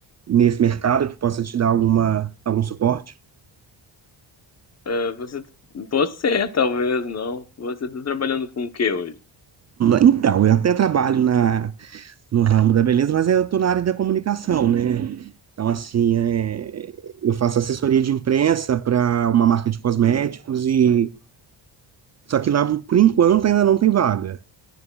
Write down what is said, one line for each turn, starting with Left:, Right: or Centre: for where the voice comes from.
Right: nesse mercado que possa te dar alguma, algum suporte?
Left: É, você, você talvez não. Você está trabalhando com o que hoje?
Right: Então, eu até trabalho na no ramo da beleza, mas eu estou na área da comunicação, né? Então, assim, é, eu faço assessoria de imprensa para uma marca de cosméticos e só que lá, por enquanto, ainda não tem vaga.